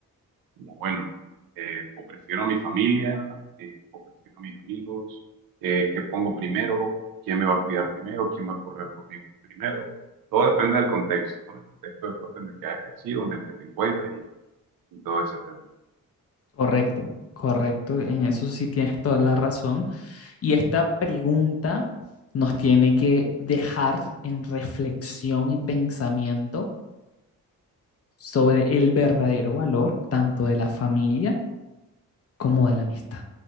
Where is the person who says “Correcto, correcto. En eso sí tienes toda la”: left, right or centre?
Left